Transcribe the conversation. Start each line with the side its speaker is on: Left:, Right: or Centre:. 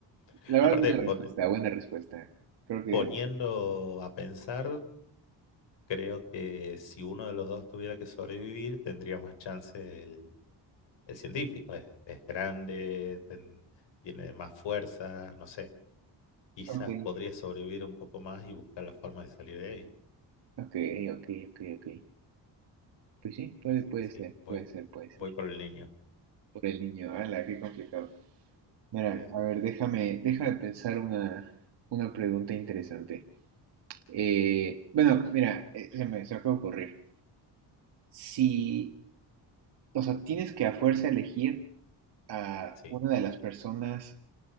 Left: <laughs>
Right: La verdad,
Left: Aparte,
Right: buena
Left: po-
Right: respuesta, buena respuesta. Creo que...
Left: poniendo a pensar, creo que si uno de los dos tuviera que sobrevivir, tendría más chance El científico es, es grande, ten- tiene más fuerza, no sé. Quizás
Right: Ok,
Left: podría sobrevivir un poco más y buscar la forma de salir de ahí.
Right: ok, ok, ok, ok. Pues sí, puede,
Left: Así
Right: puede
Left: que sí,
Right: ser,
Left: voy,
Right: puede ser, puede ser.
Left: voy por el niño.
Right: Por el niño, ala, qué complicado. Mira,
Left: Eh,
Right: a ver, déjame, déjame pensar una, una pregunta interesante. Eh, bueno, mira, eh, se me, se me acaba de ocurrir. Si, o sea, tienes que a fuerza elegir a
Left: sí,
Right: una de las personas